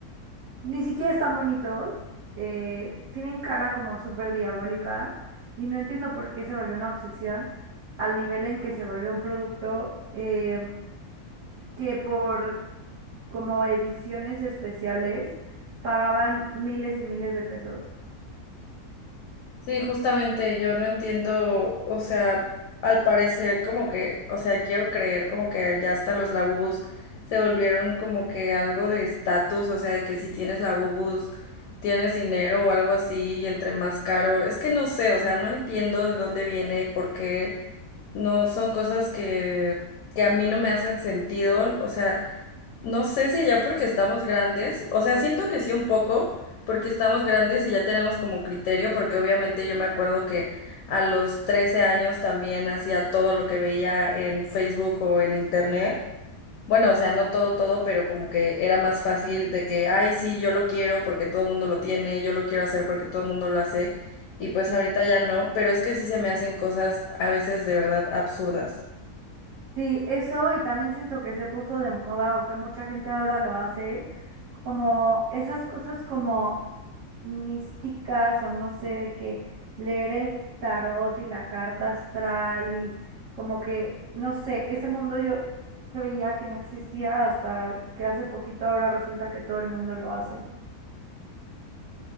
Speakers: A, on the right; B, on the left.
A: ni siquiera están bonitos, eh, tienen cara como súper diabólica y no entiendo por qué se volvió una obsesión al nivel en que se volvió un producto eh, que por como ediciones especiales pagaban miles y miles de pesos.
B: Sí, justamente, yo no entiendo, o sea, al parecer como que, o sea, quiero creer como que ya hasta los Labubus se volvieron como que algo de estatus, o sea, de que si tienes Labubus tienes dinero o algo así y entre más caro, es que no sé, o sea, no entiendo de dónde viene y por qué. No, son cosas que, que a mí no me hacen sentido. O sea, no sé si ya porque estamos grandes, o sea, siento que sí un poco, porque estamos grandes y ya tenemos como criterio, porque obviamente yo me acuerdo que a los 13 años también hacía todo lo que veía en Facebook o en Internet. Bueno, o sea, no todo, todo, pero como que era más fácil de que, ay, sí, yo lo quiero porque todo el mundo lo tiene, yo lo quiero hacer porque todo el mundo lo hace, y pues
A: Sí.
B: ahorita ya no, pero es que sí se me hacen cosas a veces de verdad absurdas.
A: Sí, eso y también siento que se puso de moda o que mucha gente ahora lo hace como esas cosas como místicas o no sé, de que leer el tarot y la carta astral y como que, no sé, ese mundo yo creía que no existía hasta que hace poquito ahora resulta que todo el mundo lo hace.